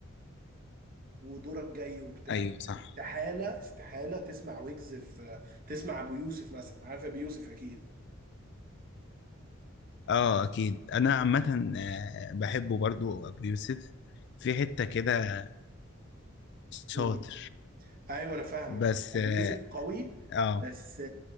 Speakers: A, on the right; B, on the left.
A: ودورك جاي وبتاع
B: أيوه صح
A: استحاله استحاله تسمع ويجز في تسمع ابو يوسف مثلا عارف ابو يوسف اكيد
B: اه أكيد أنا عامة آه، بحبه برضو أبو يوسف في حتة كده شاطر
A: امم ايوه انا فاهمك
B: بس
A: ابو
B: اه
A: يوسف قوي
B: اه
A: بس